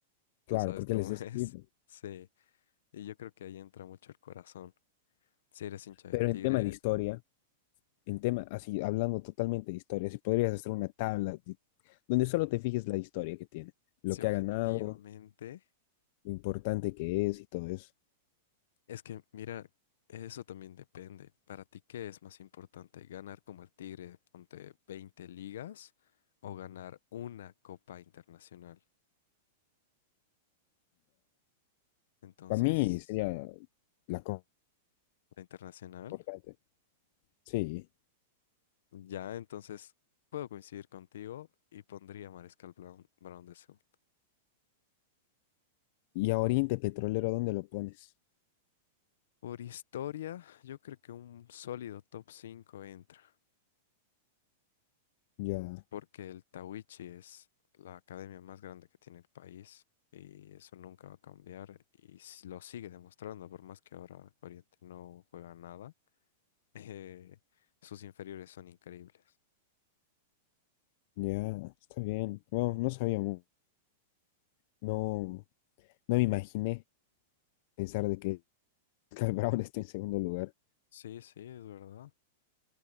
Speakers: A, on the left; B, on the left.
A: Claro,
B: Tú sabes
A: porque
B: cómo
A: él es de
B: <laughs>
A: ese
B: es.
A: equipo.
B: Sí, y yo creo que ahí entra mucho el corazón. Si eres hincha
A: Pero
B: del Tigre,
A: en tema de historia, en tema, así, hablando totalmente de historia, si podrías hacer una tabla de- donde solo te fijes la historia que tiene, lo
B: si
A: que
B: objetivamente.
A: ha ganado, lo importante que es y todo eso.
B: Es que, mira, eso también depende. Para ti, ¿qué es más importante? ¿Ganar como el Tigre, ponte 20 ligas o ganar una copa internacional? Entonces,
A: Para mí sería la cosa
B: la internacional,
A: importante. Sí.
B: ya, entonces puedo coincidir contigo y pondría a Mariscal Brown, Brown de segundo.
A: Y a Oriente Petrolero, ¿dónde lo pones?
B: Por historia, yo creo que un sólido top 5 entra.
A: Ya.
B: porque el Tawichi es la academia más grande que tiene el país y eso nunca va a cambiar y s- lo sigue demostrando, por más que ahora Oriente no juega nada, <laughs> eh, sus inferiores son increíbles.
A: Ya, está bien. Bueno, no sabía, mu- no, no me imaginé pensar de que <laughs> Cal Brown está en segundo lugar.
B: Sí, sí, es verdad.